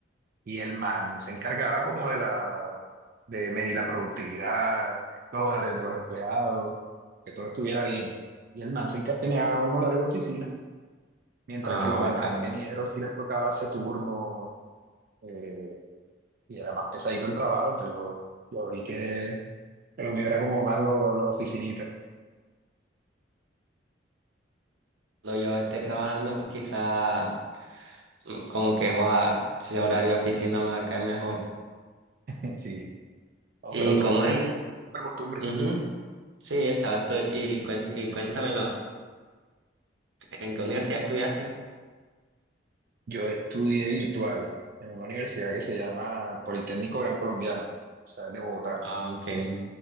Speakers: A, on the right; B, on the right.
A: Y el man se encargaba como de la, de medir la productividad, los horarios de los empleados, que todo estuviera bien ya. Y el man se enca- tenía un horario de oficina, mientras
B: Ah,
A: que los
B: bacán.
A: demás ingenieros sí les tocaba ese turno, eh, y era más pesadito el trabajo, entonces yo, yo vi que, que lo mío era como más lo, lo de oficinita.
B: Cuando yo esté trabajando, quizá mm, como que, joa, si horario de oficina me va a caer mejor.
A: <laughs> Sí, no,
B: ¿Y
A: pero todo
B: cómo
A: es
B: es?
A: una costumbre.
B: Ujú. Sí, exacto. Y, cuen- y cuéntamelo, ¿en qué universidad estudiaste?
A: Yo estudié virtual en una universidad que se llama Politécnico Gran Colombiano, o sea, es de Bogotá.
B: Ah, ok.